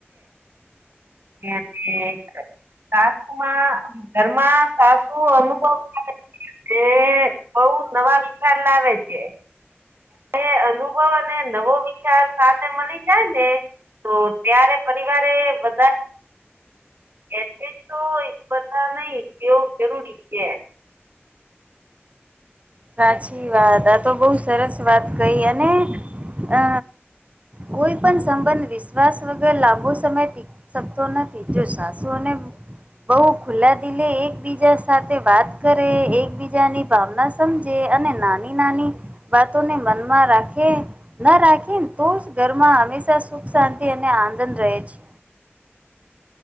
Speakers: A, on the right; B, on the right.
A: ને અને. સાસુમાં ઘરમાં સાસુ અનુભવ એ બઉ નવા વિકાર લાવે છે. એ અનુભવ અને નવો વિચાર સાથે મળી જાય ને. તો ત્યારે પરિવારે બધા. એ તો બધા નહી એવ જરૂરી છે.
B: સાચી વાત આ તો બહુ સરસ વાત કઈ અને અ કોઈ પણ સંબંધ વિશ્વાસ વગર લાંબો સમય. શકતો નથી જો સાસુઓ ને. બઉુ ખુલ્લા દિલે એકબીજા સાથે વાત કરે એકબીજાની ભાવના સમજે અને નાની નાની વાતોને મનમાં રાખે. ના રાખીને તો જ ઘરમાં હંમેશા સુખ શાંતિ અને આનંદ રહે છે.